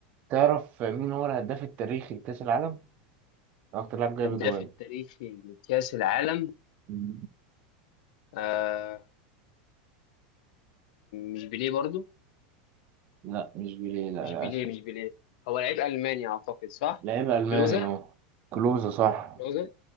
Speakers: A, on the right; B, on the left.
A: تعرف مين هو الهداف التاريخي لكأس العالم؟ أكتر لاعب جايب
B: هداف
A: أجوان
B: التاريخي لكأس العالم
A: مم.
B: آه مش بيليه برضه
A: لا مش بيليه لا
B: مش
A: للأسف
B: بيليه مش بيليه هو لعيب ألماني أعتقد صح؟
A: لعيب ألماني
B: كلوزا
A: أهو كلوزة صح
B: كلوزا